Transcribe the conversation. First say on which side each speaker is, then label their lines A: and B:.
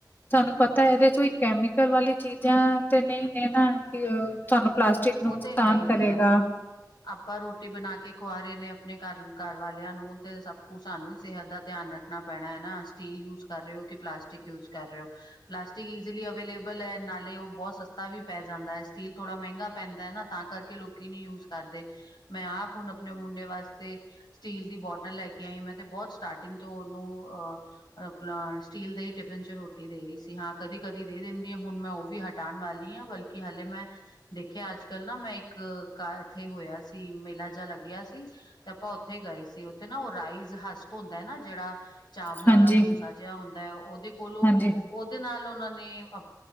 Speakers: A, on the left (about 30°); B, on the left (about 80°).
A: ਤੁਹਾਨੂੰ
B: ਹਾਂਜੀ-ਹਾਂਜੀ।
A: ਪਤਾ ਇਹਦੇ ਚ। ਕੈਮੀਕਲ ਵਾਲੀ ਚੀਜ਼ਾਂ ਤੇ ਨਹੀਂ ਨੇਨਾ। ਕਿ ਤੁਹਾਨੂੰ ਪਲਾਸਟਿਕ ਨੁਕਸਾਨ
B: ਉਹ ਤੇ ਹੈ ਹੀ
A: ਕਰੇਗਾ।
B: ਹੈ ਹੁਣ ਆਪਾਂ ਰੋਟੀ ਬਣਾ ਕੇ ਖੁਆ ਰਹੇ ਨੇ। ਆਪਣੇ ਘਰ ਘਰਵਾਲਿਆਂ ਨੂੰ ਤੇ ਸਭ ਕੁ ਸਾਨੂੰ ਸਿਹਤ ਦਾ ਧਿਆਨ ਰੱਖ। ਰੱਖਣਾ ਪੈਣਾ ਹੈ ਨਾ ਸਟੀਲ ਯੂਜ ਕਰ ਰਹੇ ਹੋ ਕਿ ਪਲਾਸਟਿਕ ਯੂਜ ਕਰ ਰਹੇ ਹੋ। ਪਲਾਸਟਿਕ ਈਜ਼ੀਲੀ ਅਵੇਲੇਬਲ ਹੈ ਨਾਲੇ ਉਹ ਬਹੁਤ ਸਸਤਾ ਵੀ ਪੈ ਜਾਂਦਾ ਹੈ ਸਟੀਲ ਥੋੜ੍ਹਾ ਮਹਿੰਗਾ। ਪੈਂਦਾ ਹੈ ਨਾ ਤਾਂ ਕਰਕੇ ਲੋਕੀ ਨੀ ਯੂਜ ਕਰਦੇ ਮੈਂ ਆਪ ਹੁਣ ਆਪਣੇ ਮੁੰਡੇ ਵਾਸਤੇ। ਤੇ ਸਟੀਲ ਦੀ ਬੋਟਲ ਲੈ ਕੇ ਆਈ ਹਾਂ ਮੈਂ ਤੇ ਬਹੁਤ ਸਟਾਰਟਿੰਗ ਤੋਂ ਉਹਨੂੰ ਅਹ। ਆਪਣਾ ਸਟੀਲ ਦੇ ਹੀ ਟਿਫਿਨ ਚ ਰੋਟੀ ਦੇ ਰਹੀ ਸੀ ਹਾਂ ਕਦੀ-ਕਦੀ ਦੇ ਦਿੰਦੀ ਆ ਹੁਣ ਮੈਂ ਉਹ ਵੀ ਹੱਟ। ਹਟਾਣ ਵਾਲੀ ਹਾਂ ਬਲਕਿ ਹਲੇੇ ਮੈਂ। ਦੇਖਿਆ ਅੱਜ ਕੱਲ ਨਾ ਮੈਂ ਇੱਕ। ਕਾ ਇੱਥੇ ਹੋਇਆ ਸੀ ਮੇਲਾ ਜਿਹਾ ਲੱਗਿਆ ਸੀ। ਤੇ ਆਪਾਂ ਉੱਥੇ ਹੀ ਗਏ ਸੀ ਉੱਥੇ ਨਾ ਉਹ ਰਾਈਜ਼ ਹਸਕ ਹੁੰਦਾ ਨਾ ਜਿਹੜਾ। ਚਾਵਲਾ
A: ਹਾਂਜੀ
B: ਦਾ ਭੂਸਾ ਜਿਹਾ ਹੁੰਦਾ ਹੈ ਉਹਦੇ ਕੋਲੋਂ
A: ਹਾਂਜੀ
B: ੳ। ਉਹਦੇ ਨਾਲ ਉਹਨਾਂ ਨੇ ਅ